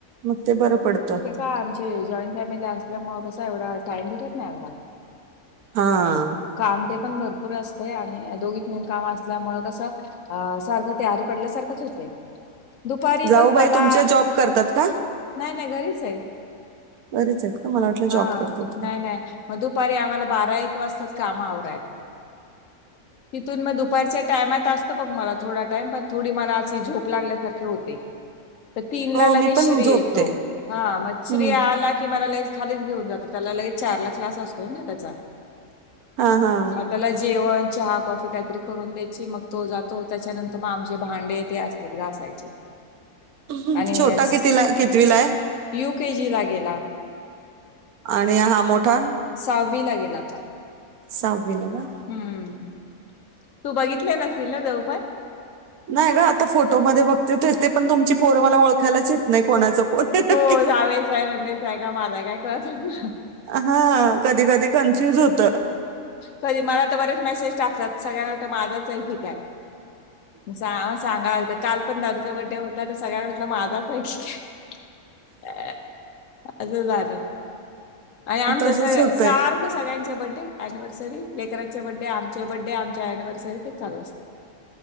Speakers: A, on the right (about 85°); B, on the left (about 65°).
A: मग ते बरं पडतं.
B: हा आमची जॉईंट फॅमिली असल्यामुळे कसा एवढा टाइम भेटत नाही आमाला.
A: हा.
B: काम ते पण भरपूर असतय आणि दोघीत मिळून नवीन काम असल्यामुळ कसं. अ सारखं ते अरे पडल्यासारखंच होतंय. दुपारी
A: जाऊबाई
B: बघ मला
A: तुमच्या जॉब करतात का
B: नाही नाही घरीच आहे.
A: घरीच आहेत का मला वाटलं
B: हा
A: जॉब करतात काय.
B: नाही नाही मग दुपारी आम्हाला बारा एक वाजतात काम आवरायला. तिथून मग दुपारच्या टाइमात असत. बघ मला थोडा टाइम पण थोडी मला अशी झोप लागल्यासारखी होते. तर तीन
A: हो
B: ला लगेच
A: मी पण
B: श्री
A: झोपते
B: येतो हा मग
A: हम्म.
B: श्री आला की मला लईच. खालीच घेऊन जातो त्याला लगेच चारला क्लास असतोय ना त्याचा
A: हा हा
B: मग त्याला जेवण, चहा, कॉफी काहीतरी करून द्यायची मग तो जातो त्याच्यानंतर मग आमचे भांडे. ते असतात घासायचेच.
A: हम्म.
B: आणि
A: छोटा कितीला कितवीला
B: <inaudible>
A: आहे
B: युकेजी ला गेला.
A: आणि हा मोठा
B: सहावीला गेला आता.
A: साहावीला का?
B: हम्म तू बघितले नशील ना देवपण
A: नाही ग आता फोटोमध्ये बघते तेच ते पण तुमची पोरं मला ओळखायलाच येत नाही कोणाचं कोण आहे
B: हो
A: नक्की
B: जावेच आहे नंदेचा आहे का माझाय काय कळतच नाय.
A: हा कधी कधी कन्फ्युज होत.
B: कधी मला तर बरेच मेसेज टाकतात सगळ्यांना वाटत माझाच आहे कि काय. जा सांगाय आलता काल पण दादूचा बड्डे होता तर सगळ्यांना वाटल माझाच आहे की काय? अ असं झालं आणि आमच्या
A: तसंच
B: सगळ्या
A: होतंय
B: सारं सगळ्यांच्या बड्डे अनिवर्सरी लेकरांचे बड्डे आमचे बड्डे आमच्या अनिवर्सरी तेच चालू असतं.